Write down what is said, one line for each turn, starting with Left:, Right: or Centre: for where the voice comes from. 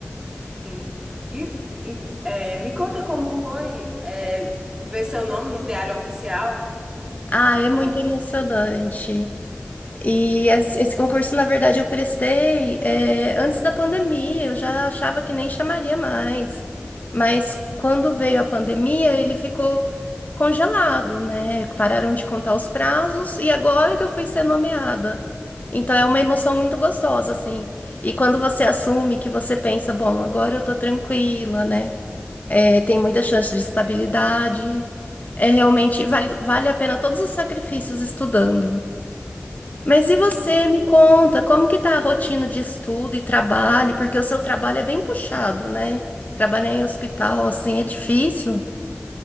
Right: Sim. E, e, é, me conta como foi, é, ver seu nome no Diário Oficial,
Left: Ah,
Right: na
Left: é
Right: convocação.
Left: muito emocionante. E es- esse concurso, na verdade, eu prestei, é, antes da pandemia, eu já achava que nem chamaria mais. Mas quando veio a pandemia, ele ficou congelado, né? Pararam de contar os prazos e agora que eu fui ser nomeada. Então é uma emoção muito gostosa, assim. E quando você assume que você pensa, bom, agora eu tô tranquila, né? É, tem muita chance de estabilidade. É realmente, vale, vale a pena todos os sacrifícios estudando. Mas e você,
Right: Você-
Left: me conta, como que tá a rotina de estudo e trabalho? Porque o seu trabalho é bem puxado, né? Trabalhar em hospital, assim, é difícil.